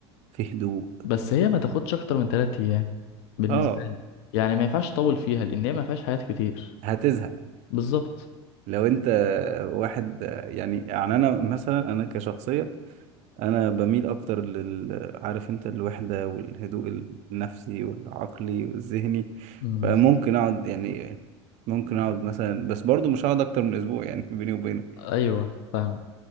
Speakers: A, on the right; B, on the left.
A: فيه هدوء
B: بس هي ما تاخدش اكتر من 3 ايام بالنسبة
A: اه
B: لي يعني ما ينفعش تطول فيها لان هي ما فيهاش حاجات كتير
A: هتزهق
B: بالظبط
A: لو انت واحد يعني يعني انا مثلا انا كشخصية انا بميل اكتر لل عارف انت الوحدة والهدوء النفسي والعقلي والذهني
B: مم.
A: فممكن اقعد يعني ممكن اقعد مثلا بس برضو مش هقعد اكتر من اسبوع يعني <laughs> بيني وبينك
B: ايوه فاهم